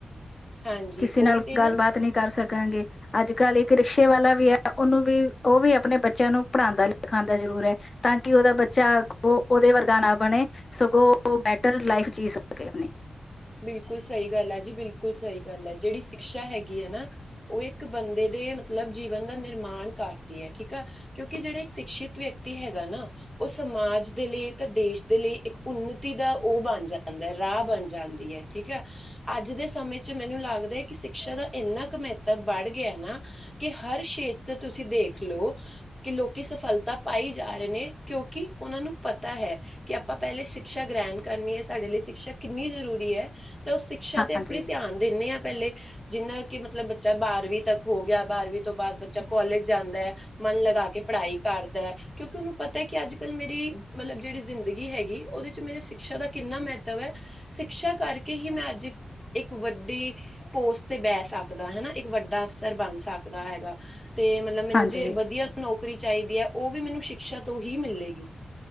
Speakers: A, in the centre; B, on the left.
A: ਹਾਂਜੀ
B: ਕਿਸੇ
A: ਉਹੀ
B: ਨਾਲ
A: ਤੇ
B: ਗੱਲਬਾਤ
A: ਨਾ
B: ਨਈ ਕਰ ਸਕਾਂਗੇ। ਅੱਜ -ਕੱਲ੍ਹ ਇੱਕ ਰਿਕਸ਼ੇ ਵਾਲਾ ਵੀ ਐ, ਓਨੂੰ ਵੀ, ਓ ਵੀ ਆਪਣੇ ਬੱਚੇਆਂ ਨੂੰ ਪੜ੍ਹਾਂਦਾ ਲਿਖਾਂਦਾ ਜ਼ਰੂਰ ਏ। ਤਾਂ ਕਿ ਓਦਾ ਬੱਚਾ ਚ ਕੋ ਓਦੇ ਵਰਗਾ ਨਾ ਬਣੇ, ਸਗੋਂ ਓ ਬੈਟਰ ਲਾਈਫ ਜੀਅ ਸਕੇ ਆਪਣੀ।
A: ਬਿਲਕੁਲ ਸਈ ਗੱਲ ਆ ਜੀ, ਬਿਲਕੁਲ ਸਈ ਗੱਲ ਆ, ਜੇੜੀ ਸ਼ੀਕਸ਼ਾ ਹੈਗੀ ਐ, ਨਾ ਓ ਇੱਕ ਬੰਦੇ ਦੇ ਮਤਲਬ ਜੀਵਨ ਦਾ ਨਿਰਮਾਣ ਕਰਦੀ ਐ, ਠੀਕ ਆ। ਕਿਉਂਕਿ ਜੇੜੇ ਇੱਕ ਸ਼ਿਕਸ਼ਿਤ ਵਿਅਕਤੀ ਹੈਗਾ ਨਾ ਓ ਸਮਾਜ ਦੇ ਲਈ ਤਾਂ ਦੇਸ਼ ਦੇ ਲਈ ਇੱਕ ਉੱਨਤੀ ਦਾ ਓ ਬਣ ਜਾਂਦਾ, ਰਾਹ ਬਣ ਜਾਂਦਾ। ਜੀ ਹਾ, ਠੀਕ ਆ। ਅੱਜ ਦੇ ਸਮੇਂ ਚ ਮੈਨੂੰ ਲੱਗਦਾ ਐ ਕਿ ਸਿਕਸ਼ਾ ਦਾ ਇੰਨਾ ਕ ਮਹੱਤਵ ਬੜ ਗੇਆ ਨਾ ਕੇ ਹਰ ਸ਼ੇਤਰ ਤੁਸੀਂ ਦੇਖ ਲਓ ਕਿ ਲੋਕੀ ਸਫਲਤਾ ਪਾਈ ਜਾ ਰਏ ਨੇ, ਕਿਓਕਿ ਓਨਾਂ ਨੂੰ ਪਤਾ ਹੈ। ਕੇ ਆਪਾਂ ਪੇਲੇ ਸ਼ਿਕਸ਼ਾ ਗ੍ਰਹਿਣ ਕਰਨੀ ਏ, ਸਾਡੇ ਲਈ ਸ਼ਿਕਸ਼ਾ ਕਿੰਨੀ ਜ਼ਰੂਰੀ ਹੁੰਦੀ ਐ, ਤਾਂ ਓ ਸਿਕਸ਼ਾ
B: ਹਾਂਜੀ
A: ਤੇ ਆਪਣੇ ਧਿਆਨ ਦਿੰਦੇ ਆ ਪੇਲੇ। ਜਿੰਨਾ ਕਿ ਮਤਲਬ ਬੱਚਾ ਬਾਰਵੀਂ ਤੱਕ ਹੋ ਗੇਆ, ਬਾਰਵੀਂ ਤੋਂ ਬਾਅਦ ਬੱਚਾ ਕੋਲਜ ਜਾਂਦਾ। ਮਨ ਲਗਾ ਕੇ ਪੜ੍ਹਾਈ ਕਰਦਾ। ਕਿਓਕਿ ਓਨੂੰ ਪਤਾ ਐ ਕਿ ਅੱਜ -ਕੱਲ੍ਹ ਮੇਰੀ ਮਤਲਬ ਜੇੜੀ ਜ਼ਿੰਦਗੀ ਹੈਗੀ, ਓਦੇ ਚ ਮੇਰੇ ਸਿਕਸ਼ਾ ਦਾ ਕਿੰਨਾ ਮੈਤਵ ਆ। ਸਿਕਸ਼ਾ ਕਰਕੇ ਹੀ ਮੈਂ ਅੱਜ ਇੱਕ, ਇੱਕ ਵੱਡੀ ਪੋਸਟ ਤੇ ਬੈ ਸਕਦਾ ਹਨਾ, ਇੱਕ ਵੱਡਾ ਅਫਸਰ ਬਣ ਸਕਦਾ ਹੈਗਾ ਤੇ ਮਤਲਬ ਮੈਨੂੰ
B: ਹਾਂਜੀ
A: ਜੇ ਵਧੀਆਂ ਨੌਕਰੀ ਚਾਈਦੀ ਐ, ਓ ਵੀ ਮੈਨੂੰ ਸ਼ਿਕਸ਼ਾ ਤੋਂ ਓਹੀ ਮਿਲੇਗੀ।